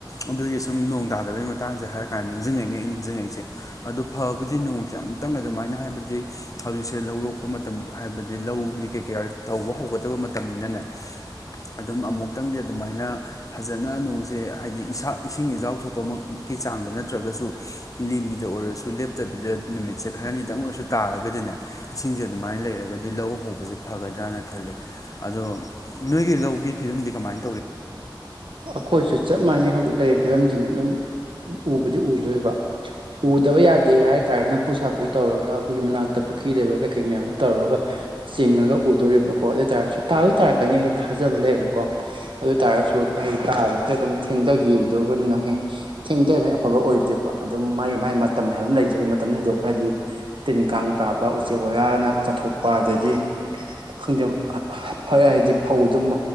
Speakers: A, on the left; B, on the right.
A: ꯑꯗꯨꯒꯤ ꯁꯨꯝ ꯅꯣꯡ ꯇꯥꯗꯕꯒꯤ ꯃꯇꯥꯡꯁꯦ ꯍꯥꯏꯔ ꯀꯥꯟ ꯅꯤꯡꯁꯤꯡꯉꯛꯏꯅꯦ ꯑꯩ ꯅꯤꯡꯁꯤꯡꯉꯛꯏꯁꯦ ꯑꯗꯣ ꯐꯕꯨꯗꯤ ꯅꯣꯡꯁꯦ ꯑꯃꯨꯛꯇꯪ ꯑꯗꯨꯃꯥꯏꯅ ꯍꯥꯏꯕꯗꯤ ꯍꯧꯖꯤꯛꯁꯦ ꯂꯧꯔꯣꯛꯄ ꯃꯇꯝ ꯍꯥꯏꯕꯗꯤ ꯂꯧꯒꯤ ꯀꯩ ꯀꯩ ꯇꯧꯕ ꯍꯧꯒꯗꯕ ꯃꯇꯝꯅꯤꯅꯅꯦ <inaudible> ꯑꯗꯨꯝ ꯑꯃꯨꯛꯇꯪꯗꯤ ꯑꯗꯨꯃꯥꯏꯅ ꯐꯖꯅ ꯅꯣꯡꯁꯦ ꯍꯥꯏꯗꯤ ꯏꯁꯥ ꯏꯁꯤꯡ ꯏꯆꯥꯎ ꯊꯣꯛꯄꯃꯛꯀꯤ ꯆꯥꯡ ꯅꯠꯇ꯭ꯔꯒꯁꯨ ꯂꯤꯂꯤꯗ ꯑꯣꯏꯔꯁꯨ ꯂꯦꯞꯇꯕꯤꯗ ꯅꯨꯃꯤꯠꯁꯦ ꯈꯔꯅꯤꯗꯪ ꯑꯣꯏꯔꯁꯨ ꯇꯥꯔꯒꯗꯤꯅꯦ ꯏꯁꯤꯡꯁꯦ ꯑꯗꯨꯃꯥꯏꯅ ꯂꯩꯔꯒꯗꯤ ꯂꯧ ꯎꯕꯁꯦ ꯐꯒꯗ꯭ꯔꯅ ꯈꯜꯂꯦ ꯑꯗꯣ ꯅꯣꯏꯒꯤ ꯂꯧꯒꯤ ꯐꯤꯕꯝꯗꯤ ꯀꯃꯥꯏ
B: ꯑꯈꯣꯏꯁꯨ ꯆꯞ ꯃꯥꯟꯅꯩ ꯍꯧꯖꯤꯛ ꯂꯩꯔꯤꯕ ꯐꯤꯕꯝꯁꯤꯅꯦ ꯑꯗꯨꯝ ꯎꯕꯗꯤ ꯎꯗꯣꯏꯕ ꯎꯗꯕ ꯌꯥꯗꯦ ꯍꯥꯏꯇꯥꯔꯅ ꯅꯐꯨ ꯁꯥꯐꯨ ꯇꯧꯔꯒ ꯑꯈꯣꯏꯒꯤ ꯃꯅꯥꯛꯇ ꯄꯨꯈ꯭ꯔꯤ ꯂꯩꯕ ꯀꯩ ꯀꯩ ꯃꯌꯥꯝꯗꯣ ꯇꯧꯔꯒ ꯆꯤꯡꯉꯒ ꯎꯗꯣꯔꯤꯕꯀꯣ ꯑꯗꯨ ꯑꯣꯏꯇꯥꯥꯔꯁꯨ ꯇꯥꯕꯨꯗꯤ ꯇꯥꯔꯛꯀꯅꯤ ꯑꯩꯅ ꯊꯥꯖ ꯂꯩꯌꯦꯕꯀꯣ ꯑꯗꯣꯏ ꯇꯥꯔꯒꯁꯨ ꯑꯩ ꯇꯥꯕꯁꯦ ꯑꯗꯨꯝ ꯊꯦꯡꯗꯒꯤꯗꯣꯔꯕꯅꯤꯅ ꯍꯦ ꯊꯦꯡꯗꯔꯤꯃꯩ ꯑꯐꯕ ꯑꯣꯏꯗꯦꯕ ꯑꯗꯨꯝ ꯃꯥꯒꯤ ꯃꯥꯒꯤ ꯃꯇꯝ ꯍꯥꯏꯕ ꯑꯃ ꯂꯩꯖꯔꯤ ꯃꯇꯝꯗꯣ ꯍꯦꯟꯗꯣꯛꯈ꯭ꯔꯗꯤ ꯀꯥꯡ ꯇꯥꯕ ꯎꯆꯦꯛ ꯋꯥꯌꯥꯅ ꯆꯥꯊꯣꯛꯄ ꯑꯗꯒꯤ ꯈꯪꯗꯦ ꯐ ꯍꯥꯏꯗꯤ ꯐꯧꯗꯨ